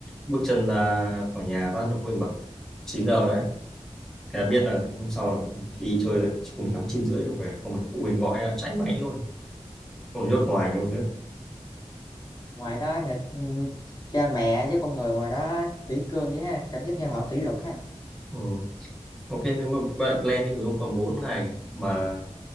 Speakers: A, in the centre; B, on the left.
A: bước chân ra khỏi nhà phát nó phụ huynh bảo 9 giờ rồi đấy thế là biết là hôm sau là đi chơi là chỉ cùng lắm 9 rưỡi được về không là phụ huynh gọi là cháy máy luôn không là nhốt ngoài luôn nữa
B: ngoài đó người ừm, cha mẹ với con người ngoài đó kỷ cương vậy ha cảm giác như họ kỷ luật ha
A: ừ. ok nếu mà quay lại plan thì ví dụ ông còn 4 ngày mà